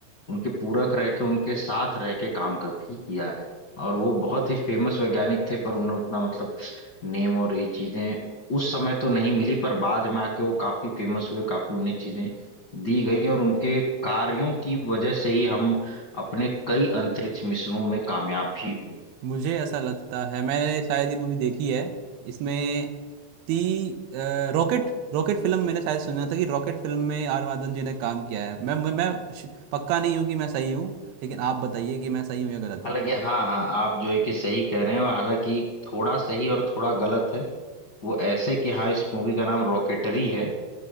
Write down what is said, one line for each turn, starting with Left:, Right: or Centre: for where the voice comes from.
Left: उनके पूरक रह के उनके साथ रह के काम कर भी किया है और वो बहुत ही फेमस वैज्ञानिक थे पर उन्हें उतना मतलब नेम और ये चीजें उस समय तो नहीं मिली पर बाद में आके वो काफी फेमस हुए काफी उन्हें चीजें दी गई और उनके कार्यों की वजह से ही हम अपने कई अंतरिक्ष मिशनों में कामयाब भी हुए
Right: मुझे ऐसा लगता है मैंने शायद ये मूवी देखी है इसमें ती अ, रॉकेट रॉकेट फिल्म मैंने शायद सुना था कि रॉकेट फिल्म में आर माधवन जी ने काम किया है मैं मैं, मैं श- पक्का नहीं हूँ कि मैं सही हूँ लेकिन आप बताइए कि मैं सही हूँ या गलत
Left: हालांकि
Right: हूँ
Left: <laughs> हाँ हाँ आप जो है कि सही कह रहे हो हालांकि थोड़ा सही और थोड़ा गलत है वो ऐसे कि हाँ इस मूवी का नाम रॉकेटरी है